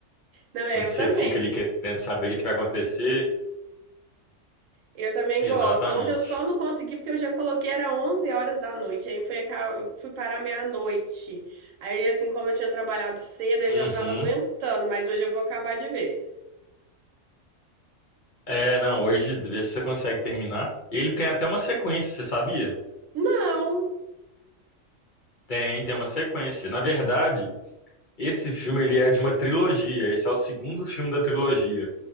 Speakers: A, on the right; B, on the left.
A: Não, eu
B: onde você
A: também.
B: fica ali querendo saber o que que vai acontecer.
A: Eu também
B: Exatamente.
A: gosto. Ontem eu só não consegui porque eu já coloquei, era 11 horas da noite. Aí foi, aca- fui parar meia-noite. Aí, assim, como eu tinha trabalhado cedo, eu
B: Uhum.
A: já não tava aguentando, mas hoje eu vou acabar de ver.
B: É, não, hoje vê se você consegue terminar. Ele tem até uma sequência, você sabia?
A: Não.
B: Tem, tem uma sequência. Na verdade, esse filme ele é de uma trilogia. Esse é o segundo filme da trilogia.